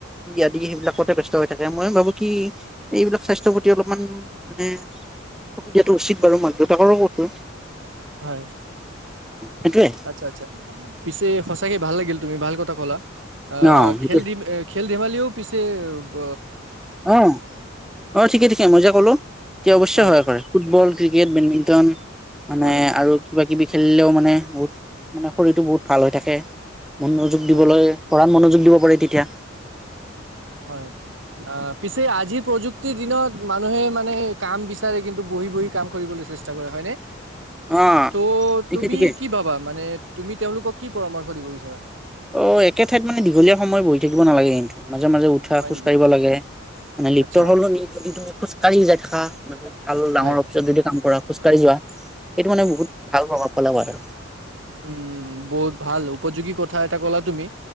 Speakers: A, in the centre; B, on the right.
A: আদি সেইবিলাকতে ব্যস্ত হৈ থাকে মই ভাবো কি এইবিলাক স্বাস্থ্যৰ প্ৰতি অলপমান মানে তাকো দিয়াটো উচিত বাৰু মানটো তাকো কতো।
B: হয়
A: সেইটোয়ে
B: আচ্ছা- আচ্ছা পিছে সচাকে ভাল লাগিল, তুমি ভাল কথা কলা। অহ
A: অ
B: ' খেল
A: সেইটো
B: দিম এখ খেল ধেমালিও পিছে ব
A: অহ - অহ ঠিকে-ঠিকে মই যে কলো এতিয়া অৱশ্যে
B: হয়
A: সহায় কৰে ফুটবল, ক্ৰিকেট, বেডমি টন। মানে
B: হয়
A: আৰু কিবা কিবি খেলিলেও মানে বহুত মানে শৰীৰটো বহুত ভাল হয়। তাকে। মনোযোগ
B: হয়
A: দিবলৈ, পঢ়াত মনোযোগ দিব পাৰে তেতিয়া।
B: হয়। অ', পিছে আজিৰ প্ৰযুক্ প্ৰতি দিনত মানুহে মানে কাম বিচাৰে, কিন্তু বহি বহি কাম কৰিবলৈ চেষ্টা কৰে, হয়নে?
A: অ
B: ত',
A: ঠিকে
B: তুমি
A: ঠিকে
B: কি ভাবা, মানে তুমি তেওঁলোকক কি পৰামৰ্শ দিব বিচাৰা?
A: অ একে ঠাইত মানে দীঘলীয়া সময় বহি থাকিব নালাগে কিন্তু মাজে মাজে উঠা,
B: হয়
A: খোজ
B: নেকি?
A: কাঢ়িব লাগে। মানে লিফ্টৰ
B: আচ্ছা
A: সলনি তুমি ধৰা খোজকাঢ়ি যায় থাকা। <unintelligible> ভাল ডাঙৰ
B: হয়
A: অফিচত যদি কাম কৰা। খোজকাঢ়ি যোৱা, এইটো মানে বহুত ভাল প্ৰভাৱ পেলাব আৰু
B: উম, বহুত ভাল, উপযোগী কথা এটা ক'লা তুমি।